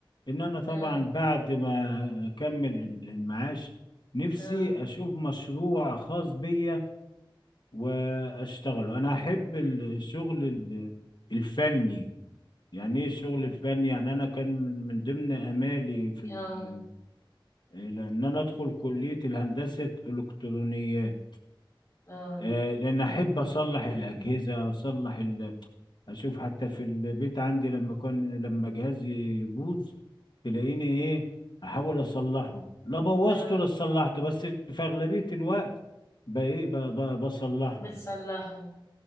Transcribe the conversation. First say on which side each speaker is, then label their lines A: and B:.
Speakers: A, on the left; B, on the left.
A: ان انا طبعا
B: لا
A: بعد ما اكمل ال- المعاش نفسي
B: لا
A: اشوف مشروع خاص بيا واشتغله انا احب ال- الشغل ال- الفني يعني ايه الشغل الفني يعني انا كان من ضمن امالي في ال-
B: اه
A: إيه، ان انا ادخل كليه الهندسه الكترونيات
B: اه
A: آه، لان احب اصلح الاجهزه اصلح ال... اشوف حتى في البيت عندي لما كان لما جهازي يبوظ تلاقيني ايه احاول اصلحه لا بوظته
B: لا
A: لا صلحته بس في اغلبيه الوقت ب- ايه ب- ب- بصلحه
B: بتصلحه